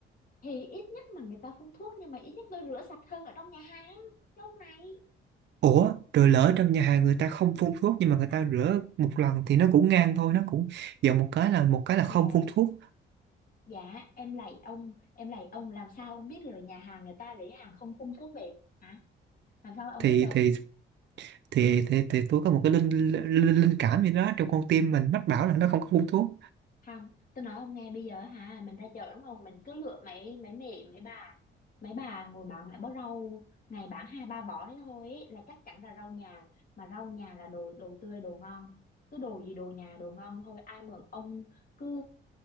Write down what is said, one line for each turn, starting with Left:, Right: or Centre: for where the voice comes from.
Left: thì ít nhất mà người ta phun thuốc nhưng mà ít nhất tôi rửa sạch hơn ở trong nhà hàng chứ ông này
Right: ủa rồi lỡ trong nhà hàng người ta không phun thuốc nhưng mà người ta rửa một lần thì nó cũng ngang thôi nó cũng giờ một cái là một cái là không
Left: dạ
Right: phun thuốc
Left: Dạ em lạy ông Em lạy ông làm sao ông biết được là nhà hàng người ta lấy hàng không phun thuốc về Hả làm sao ông
Right: thì
Left: biết được
Right: thì thì thì, thì tôi có một cái linh linh, linh linh cảm gì đó trong con tim mình mách bảo là nó không có phun thuốc
Left: không tôi nói ông nghe bây giờ hả mình ra chợ đúng không mình cứ lựa mấy mấy mẹ mấy bà mấy bà ngồi bán mẹ bó rau ngày bán hai ba vỏ đấy thôi ý, là chắc chắn là rau nhà mà rau nhà là đồ đồ tươi đồ ngon cứ đồ gì đồ nhà đồ ngon thôi ai mượn ông cứ